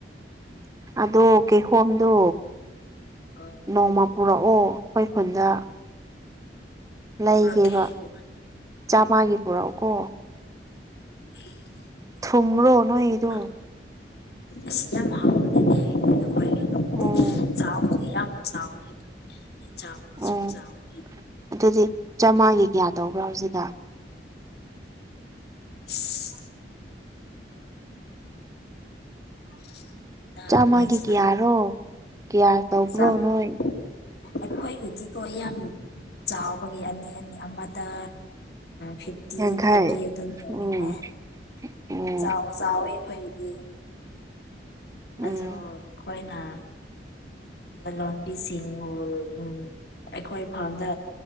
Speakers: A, on the right; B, on the left.
A: ꯑꯗꯣ ꯀꯦꯍꯣꯝꯗꯣ
B: ꯍꯣꯏ
A: ꯅꯣꯡꯃ ꯄꯨꯔꯛꯑꯣ ꯑꯩꯈꯣꯏ ꯈꯨꯟꯗ ꯂꯩꯒꯦꯕ
B: ꯄꯨꯔꯛꯀꯦ ꯄꯨꯔꯛꯀꯦ
A: ꯆꯥꯝꯃꯒꯤ ꯄꯨꯔꯛꯎꯀꯣ
B: <inaudible>
A: ꯊꯨꯝꯂꯣ ꯅꯣꯏꯗꯣ
B: ꯄꯨꯔꯛꯀꯦ ꯑꯁ ꯌꯥꯝ ꯍꯥꯎꯕꯅꯤꯅꯦ <unintelligible> ꯂꯧꯗꯤ
A: ꯑꯣ
B: ꯆꯥꯎꯕꯗꯤ ꯌꯥꯝ ꯆꯥꯎꯋꯦ ꯑꯗꯨ ꯑꯩ ꯆꯥꯎꯕꯁꯨ
A: ꯑꯣ
B: ꯆꯥꯎꯋꯦ
A: ꯑꯗꯨꯗꯤ ꯆꯥꯝꯃꯉꯥꯒꯤ ꯀꯌꯥ ꯇꯧꯕ꯭ꯔꯥ ꯍꯧꯖꯤꯛꯀꯥꯟ
B: <unintelligible> <inaudible>
A: ꯆꯥꯝꯃꯒꯤ
B: ꯂꯦꯟꯁ꯭ꯂꯥꯏꯠ
A: ꯀꯌꯥꯔꯣ ꯀꯌꯥ ꯇꯧꯕ꯭ꯔꯣ
B: ꯆꯥꯝꯃ
A: ꯅꯣꯏ
B: ꯑꯩꯈꯣꯏꯒꯤꯗꯤꯀꯣ ꯌꯥꯝ ꯆꯥꯎꯕꯒꯤ ꯑꯅꯤ ꯑꯅꯤ ꯑꯃꯗ ꯐꯤꯐꯇꯤ
A: ꯌꯥꯡꯈꯩ
B: ꯐꯣꯔꯇꯤ ꯑꯗꯨꯝ ꯇꯧꯏꯅꯦ
A: ꯑꯣ ꯑꯣ
B: ꯆꯥꯎꯋꯦ ꯆꯥꯎꯋꯦ ꯑꯩꯈꯣꯏꯒꯤꯗꯤ
A: ꯎꯝ
B: ꯑꯖꯣꯜ
A: ꯎꯝ
B: ꯑꯩꯈꯣꯏꯅ ꯂꯥꯂꯣꯟꯕꯤꯁꯤꯡꯕꯨ ꯎꯝ ꯑꯩꯈꯣꯏ ꯐꯥꯝꯗ